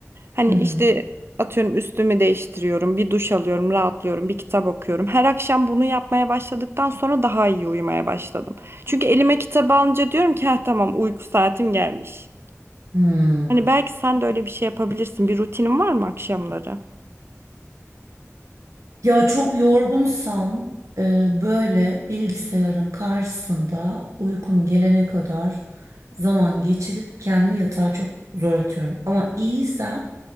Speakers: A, on the right; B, on the right.
A: Hani
B: Hı hı.
A: işte atıyorum üstümü değiştiriyorum, bir duş alıyorum, rahatlıyorum, bir kitap okuyorum. Her akşam bunu yapmaya başladıktan sonra daha iyi uyumaya başladım. Çünkü elime kitabı alınca diyorum ki ha tamam uyku saatim gelmiş.
B: Hmm.
A: Hani belki sen de öyle bir şey yapabilirsin. Bir rutinin var mı akşamları?
B: Ya çok yorgunsam e, böyle bilgisayarın karşısında uykum gelene kadar zaman geçirip kendimi yatağa çok zor atıyorum. Ama iyiysem